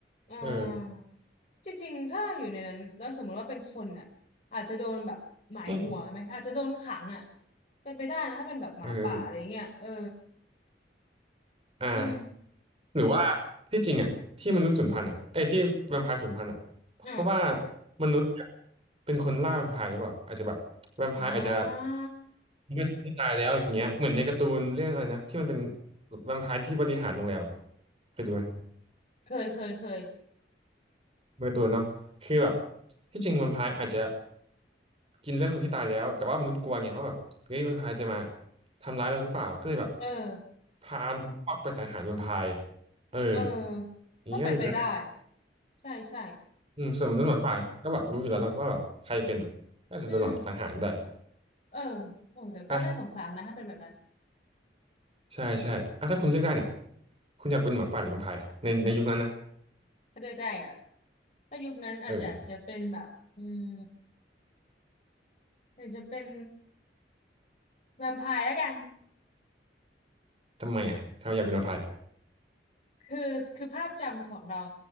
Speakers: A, on the left; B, on the right.
A: อ่า
B: เออ
A: จริงๆถ้าอยู่ในนั้นแล้วสมมติว่าเป็นคนอ่ะอาจจะโดนแบบหมายหัวไหมอาจจะโดนขังอ่ะ
B: อืม
A: เป็นไปได้นะถ้าเป็นแบบหมาป่าอะไรเงี้ยเออ
B: เอออ่า
A: อืม
B: หรือว่าที่จริงอ่ะที่มนุษย์สูญพันธุ์อ่ะไอ้ยที่แวมไพร์สูญพันธุ์อ่ะ
A: อ่า
B: เพราะว่ามนุษย์เนี่ยเป็นคนล่าแวมไพร์หรือเปล่าอาจจะแบบแวมไพร์อาจจะ
A: อ่า
B: ไม่ไม่ตายแล้วอย่างเงี้ยเหมือนในการ์ตูนเรื่องอะไรนะที่มันเป็นแวมไพร์ที่บริหารโรงแรมอะเคยดูไหม
A: เคยเคยเคย
B: เป็นการ์ตูนเนาะคือแบบที่จริงแวมไพร์อาจจะกินเลือดคนที่ตายแล้วแต่ว่ามนุษย์กลัวไงเขาะแบบเฮ้ยแวมไพร์จะมาทำร้ายเราหรือเปล่าก็เลยแบบ
A: เออ
B: พาพวกไปสังหารแวมไพร์เออ
A: เออ
B: อย่างนี้ก็เป็นไปได้
A: ก็เป็นไปได้ใช่ใช่
B: อืมส่วนมนุษย์หมาป่าก็แบบรู้อยู่แล้วเนอะว่าแบบใครเป็นอะน่าจะโดนหลอกสังหารได้
A: อืมเออโอ้แต่ก็น่าสงสารนะถ้าเป็นแบบนั้น
B: อ่ะใช่ใช่อ่ะถ้าคุณเลือกได้เนี่ยคุณอยากเป็นหมาป่าหรือแวมไพร์ในในยุคนั้นนะ
A: ถ้าเลือกได้เหรอถ้ายุคนั้นอาจจะอาจจะเป็นแบบอืม
B: เออ
A: อาจจะเป็นแวมไพร์แล้วกัน
B: ทำไมอ่ะทำไมอยากเป็นแวมไพร์
A: คือคือภาพจำของเรา